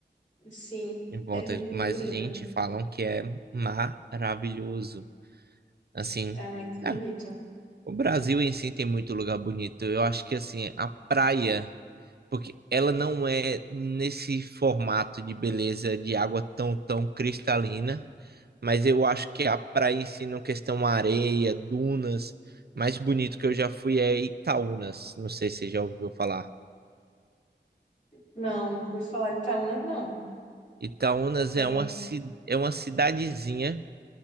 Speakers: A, on the left (about 40°); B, on the right (about 60°).
A: Sim,
B: em volta,
A: é lindo,
B: mas
A: lindo, lindo.
B: gente, falam que é maravilhoso. Assim,
A: É muito bonito.
B: é, o Brasil em si tem muito lugar bonito. Eu acho que assim, a praia porque ela não é nesse formato de beleza de água tão, tão cristalina, mas eu acho que a praia em si, na questão areia, dunas, mais bonito que eu já fui é Itaúnas. Não sei se você já ouviu falar.
A: Não, não pude falar de Itaúna, não.
B: Itaúnas
A: É,
B: é uma, ci- é uma cidadezinha